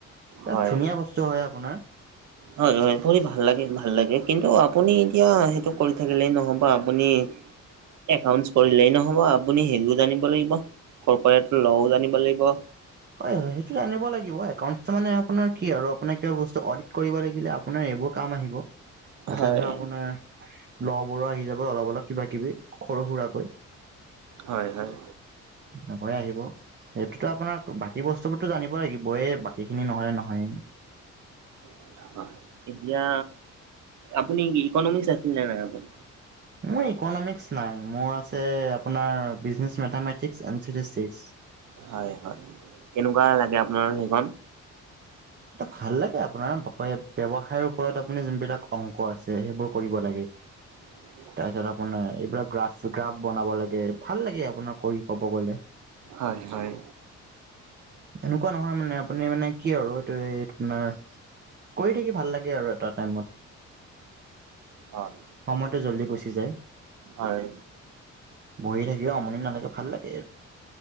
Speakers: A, on the right; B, on the right.
A: হয়।
B: এ ধুনীয়া বস্তু হয় আপোনাৰ।
A: হয় হয়, পঢ়ি ভাল লাগে, ভাল লাগে, কিন্তু আপুনি এতিয়া সেইটো কৰি থাকিলেই নহ'ব, আপুনি একাউণ্টছ কৰিলেই নহ'ব, আপুনি সেইবোৰ জানিব লাগিব। কৰ্পৰেটৰ ল'ও জানিব লাগিব।
B: হয় হয়, সেইটো জানিব লাগিব, একাউণ্টছ মানে আপোনাৰ কি আৰু, আপোনাৰ কিবা বস্তু অদিত কৰিব লাগিলে আপোনাৰ এইবোৰ কাম আহিব, তাতে
A: হয়।
B: ধৰ আপোনাৰ ল'বোৰো আহি যাব অলপ অলপ, কিবা কিবি, সৰু সুৰাকৈ।
A: হয় হয়।
B: এনেকৈয়েই আহিব, সেইটোতো আপোনাৰ বাকী বস্তু বোৰতো জানিব লাগিব, এই বাকী খিনি নহ'লে নহয়েই।
A: অ', হয়, এতিয়া, আপুনি কি ইকনমিক্স আছিল নে নাই আপোনাৰ?
B: মোৰ ইকনমিক্স নাই, মোৰ আছে আপোনাৰ বিজনেচ মেথামেটিক এণ্ড ষ্টেথিতটিকচ।
A: হয় হয়, কেনেকুৱা লাগে আপোনাৰ সেইখন?
B: এইটো ভাল লাগে আপোনাৰ <unintelligible> ব্যৱসায়ৰ ওপৰত আপুনি যোনবিলাক অংক আছে সেইবোৰ কৰিব লাগে।
A: <unintelligible>
B: তাৰপিছত আপোনাৰ এইবিলাক গ্ৰাফচ-গ্ৰাফ বনাব লাগে, ভাল লাগে আপোনাৰ কৰি কব গলে।
A: হয়-হয়।
B: এনেকুৱা নহয় মানে আপুনি মানে কি আৰু তো এই তোমাৰ, কৰি থাকি ভাল লাগে আৰু এটা টাইমত।
A: হয়।
B: সময়টো জল্দি গুচি যায়।
A: হয়।
B: বহি থাকিও আমনি নালাগে ভাল লাগে।